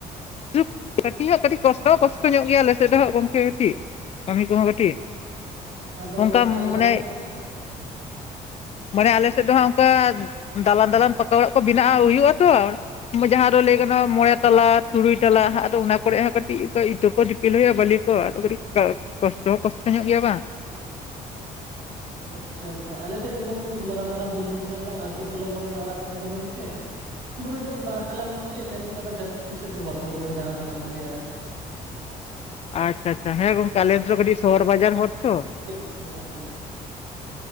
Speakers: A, on the left; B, on the right.
A: <inaudible> ᱠᱟᱹᱴᱤᱡᱟᱸᱜ ᱠᱟᱹᱴᱤᱡ ᱠᱚᱥᱴᱚ ᱦᱚᱸ ᱠᱚᱥᱴᱚ ᱧᱚᱜ ᱜᱮᱭᱟ ᱟᱞᱮ ᱥᱮᱫ ᱫᱚᱦᱟᱸᱜ ᱜᱚᱝᱠᱮ ᱠᱟᱹᱴᱤᱡ ᱠᱟᱹᱢᱤ ᱠᱚᱦᱚᱸ ᱠᱟᱹᱴᱤᱡ
B: ᱟᱫᱚ
A: ᱚᱱᱠᱟ
B: ᱜᱚᱢᱠᱮ ᱟᱞᱮ
A: ᱢᱟᱱᱮ
B: ᱥᱮᱫ ᱫᱚ ᱠᱷᱚᱱ
A: ᱢᱟᱱᱮ ᱟᱞᱮ ᱥᱮᱫ ᱫᱚ ᱦᱟᱸᱜ ᱚᱱᱠᱟ ᱫᱟᱞᱟᱱ ᱫᱟᱞᱟᱱ ᱯᱟᱠᱟ ᱚᱲᱟᱜ ᱠᱚ ᱵᱮᱱᱟᱜ ᱦᱩᱭᱩᱜᱼᱟᱛᱚ ᱠᱤᱢᱵᱟ ᱡᱟᱦᱟᱸ ᱫᱚ ᱞᱟᱹᱭ ᱜᱟᱱᱟᱜᱼᱟ ᱢᱚᱬᱮ ᱛᱟᱞᱟ ᱛᱩᱨᱩᱭ ᱛᱟᱞᱟ ᱦᱟᱸᱜ ᱟᱫᱚ ᱚᱱᱟ ᱠᱚᱨᱮ ᱦᱚᱸ ᱠᱟᱹᱴᱤᱡ ᱤᱛᱟᱹ ᱠᱚ ᱫᱤᱯᱤᱞ ᱦᱩᱭᱩᱜᱼᱟ ᱵᱟᱹᱞᱤ ᱛᱚ ᱟᱫᱚ ᱠᱟᱹᱴᱤᱡ ᱠᱚ ᱠᱚᱥᱴᱚ ᱦᱚᱸ ᱠᱚᱥᱴᱚ ᱧᱚᱜ ᱜᱮᱭᱟ ᱵᱟᱝ
B: ᱟᱪᱪᱷᱟ ᱟᱪᱪᱷᱟ ᱟᱞᱮᱥᱮᱫ ᱫᱚ ᱜᱚᱝᱠᱮ ᱩᱱ ᱢᱟᱨᱟᱝ ᱢᱟᱨᱟᱝ ᱵᱤᱞᱰᱤᱝ ᱛᱚ ᱟᱨ ᱵᱟᱝ ᱟᱛᱳ ᱴᱚᱞᱟ ᱠᱚᱨᱮᱱᱟᱜ ᱚᱲᱟᱜ ᱠᱟᱱᱟᱫᱚ ᱜᱚᱝᱠᱮ ᱦᱩᱲᱳ ᱡᱳᱨ ᱵᱟᱨ ᱛᱟᱞᱟ ᱜᱚᱝᱠᱮ ᱤᱱᱟ ᱠᱷᱚᱱ ᱟᱫᱚ ᱡᱟᱹᱥᱛᱤ ᱥᱮᱫ ᱫᱚ ᱵᱟᱠᱚ ᱵᱮᱱᱟᱣ ᱨᱟᱠᱟᱵ ᱫᱟᱲᱮᱭᱟᱜᱼᱟ
A: ᱟᱪᱪᱷᱟ ᱟᱪᱪᱷᱟ ᱦᱮᱸ ᱜᱚᱝᱠᱮ ᱟᱞᱮ ᱛᱚ ᱠᱟᱹᱴᱤᱡ ᱥᱚᱦᱚᱨ ᱵᱟᱡᱟᱨ ᱦᱚᱲ ᱛᱚ
B: ᱮ <unintelligible>